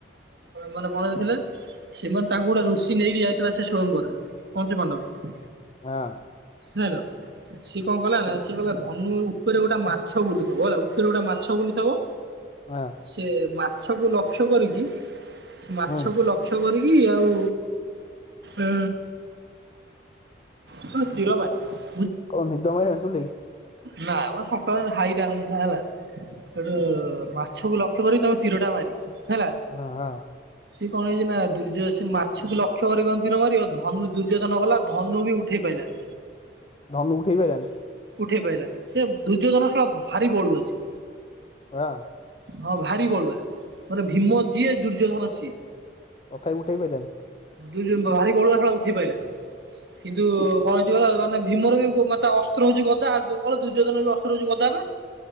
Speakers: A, on the right; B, on the left.
A: ମାନେ ମଣଥିଲେ ସେମାନେ ତାଙ୍କୁ ଗୋଟେ ରୁଷି ନେଇକି ଯାଇଥିଲା ସେ ସୟମ୍ବରରେ ପଞ୍ଚି ପାଣ୍ଡଵ
B: ହଁ
A: ଜାଲ। ସିଏ କଣ କଲା ନା ସେ ଧନୁ ଉପରେ ଗୋଟେ ମାଛ ବୁଲୁଥିବ ହେଲା ଉପରେ ଗୋଟେ ମାଛ ବୁଲୁଥିବ
B: ହଁ
A: ସେ ମାଛକୁ ଲକ୍ଷ୍ୟ କରିକି ମାଛକୁ
B: ହଁ
A: ଲକ୍ଷ୍ୟ କରିକି ଆଉ ଅ ହ ତିର ମଜିିବ
B: କଣ ନିଦ ମିଳିଲା ନାହିଁ?
A: ନା ଆମ ସକାଳ ହାଇଟା ହେ ହେଲା! ଗଟେ ମାଛକୁ ଲକ୍ଷ୍ୟ କରିକି ତମେ ତୀରଟା ମାରିବ। ହେଲା।
B: ହଁ ହଁ।
A: ସିଏ କଣ ହେଇଛି ନା ଦୂର୍ଯ୍ୟ ସେ ମାଛକୁ ଲକ୍ଷ୍ୟ କରିିନ୍ତି ନ ମାରି ଅଧ ଧନୁ ଦୁର୍ଯ୍ୟୋଧନ କଲା ଧନୁ ବି ଉଠେଇ ପଲାନ
B: ଧନୁ ଉଠେଇ ପଡେଇଲା
A: ଉଠେଇ କହିଲାନି ସେ ଦୁର୍ଯ୍ୟୋଜନ ସଳ ଭାରି ବଢୁଅସି
B: ହଁ।
A: ହଁ ଭାରି ପଡା ମାନେ ଭୀମ ଯିଏ, ଦୁର୍ଯ୍ୟୋଧନ ସିଏ।
B: ତଥାପି ଉଠେଇ ପାରିଲନି?
A: ଦୁ <unintelligible> ଭାରି ବଳୁଆ ଶଳା ଉଠେଇ ପ ପାଇଲାନହିଁ କିନ୍ତୁ କଣ ହେଛି ଗ ମାନେ ଭୀମର ବି ମତେ ଅସ୍ତ୍ର ହଉଛି ଗଦା କ ଦୁର୍ଯୋଧନ ବି ଅସ୍ତ୍ର ହଉଛି ଦବା